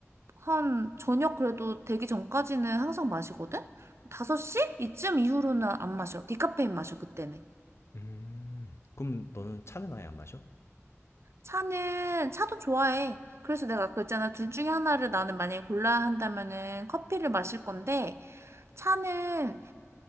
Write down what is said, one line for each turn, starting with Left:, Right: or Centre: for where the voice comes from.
Right: 한 저녁 그래도 되기 전까지는 항상 마시거든? 5시? 이쯤 이후로는 안 마셔. 디카페인 마셔, 그때는.
Left: 음, 그럼 너는 차는 아예 안 마셔?
Right: 차는, 차도 좋아해. 그래서 내가 아까 그랬잖아. 둘 중에 하나를 나는 만약에 골라야 한다면은 커피를 마실 건데, 차는